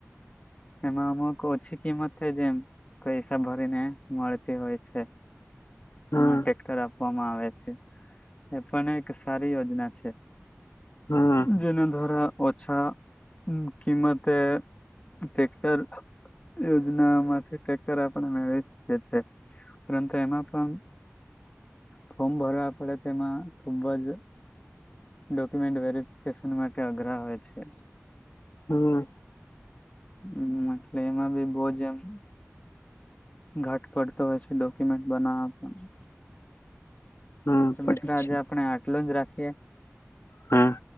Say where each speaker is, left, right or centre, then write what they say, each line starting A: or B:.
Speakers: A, on the left; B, on the left.
A: એમાં અમુક ઓછી કિંમત થઇ ગઈ છે. જેમ પૈસા ભરીને મળતી હોય છે.
B: હમ
A: એમાં ટ્રેક્ટર આપવામાં આવે છે. એ પણ એક સારી યોજના છે.
B: હા
A: જેના દ્વારા ઓછા કિંમતે તેક્ટર યોજના માંથી તેક્ટર આપણે મેળવી શકી છે. પરંતુ એમાં પણ ફોર્મ ભરવા પડે તેમાં ખુબ જ ડોક્યુમેન્ટ વેરફિકેશન માટે તે આગ્રહવે છે.
B: હમ્મ
A: હમ્મ, એટલે એમાં બી બહજ એમ ઘાટ પડતો હોય છે. ડોક્યુમેન્ટ બનાવવા પણ
B: હમ
A: તો
B: પડે
A: મિત્રો આજે
B: છે
A: આપણે આટલું જ રાખીએ.
B: હા.